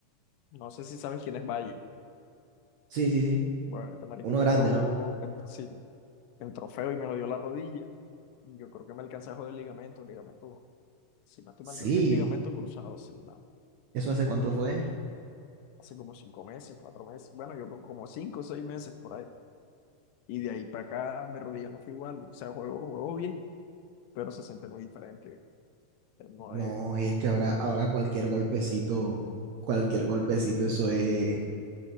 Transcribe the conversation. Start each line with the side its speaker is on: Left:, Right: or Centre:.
Left: no sé si sabes quién es Valle.
Right: Sí, sí, sí.
Left: Bueno, este marica
Right: Uno
Left: me
Right: grande,
Left: entró,
Right: ¿no?
Left: me entró- sí, me entró feo y me lo dio la rodilla. Y yo creo que me alcancé a joder el ligamento, el ligamento. Si no estoy mal,
Right: Sí.
Left: creo que es el ligamento cruzado, sí, no.
Right: ¿Eso
Left: Me,
Right: hace
Left: me
Right: cuánto
Left: jodí.
Right: fue?
Left: Hace como cinco meses, cuatro meses. Bueno, yo creo como cinco o seis meses por ahí. Y de ahí para acá, mi rodilla no fue igual. O sea, juego, juego bien, pero se siente muy diferente. Eh, No
Right: No,
Left: es
Right: y es que ahora, ahora cualquier golpecito, cualquier golpecito, eso es,